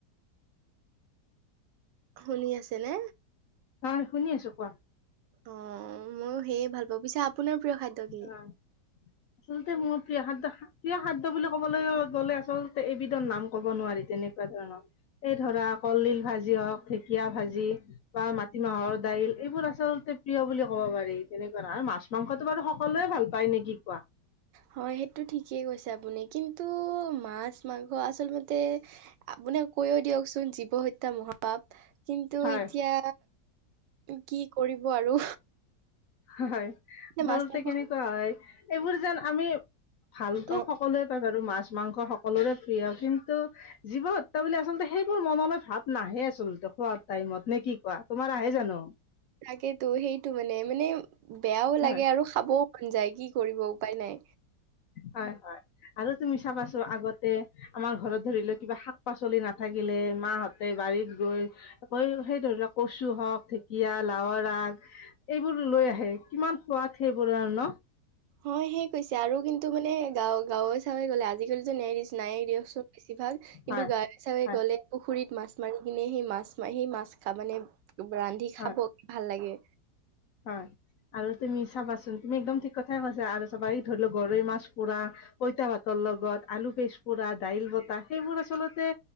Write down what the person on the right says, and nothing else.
শুনি আছে নে
অ ময়ো সেয়ে ভাল পাব পিছে আপোনাৰ প্ৰিয় খাদ্য কি?
হয় সেইটো ঠিকেই কৈছে আপুনি কিন্তু মাছ মাংস আচল মতে আপুনি কৈয়ও দিয়কচোন জীৱ হত্যা মহা পাপ কিন্তু
এতিয়া কি কৰিব আৰু
মাছ মাংস
অ'
তাকেতো সেইটো মানে মানে বেয়াও
লাগে আৰু খাবও মন যায় কি কৰিব উপায় নাই
হয় সেই কৈছে আৰু কিন্তু মানে গাঁৱ গাঁৱে চাৱে গ'লে আজিকালিটো ন্যায় দিছ নায়ে দিয়কচোন বেছিভাগ কিন্তু
গাঁৱে চাৱে
গ'লে পুখুৰীত মাছ মাৰি কিনে সেই মাছ মাৰি সেই মাছ খাবলে ৰান্ধি খাব
ভাল লাগে।